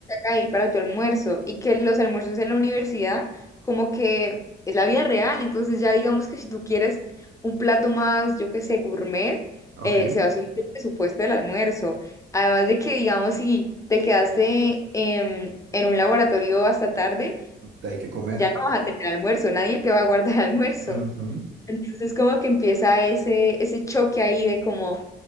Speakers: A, on the left; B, on the right.
A: ahí para tu almuerzo y que los almuerzos en la universidad como que es la vida real, entonces ya digamos que si tú quieres un plato más, yo qué sé, gourmet,
B: ok,
A: eh, se va a subir el presupuesto del almuerzo. Además de que digamos si te quedaste en, en un laboratorio hasta tarde,
B: hay que comer.
A: ya no vas a tener almuerzo, nadie te va a guardar <laughs> almuerzo.
B: Ujú.
A: Entonces como que empieza ese, ese choque ahí de como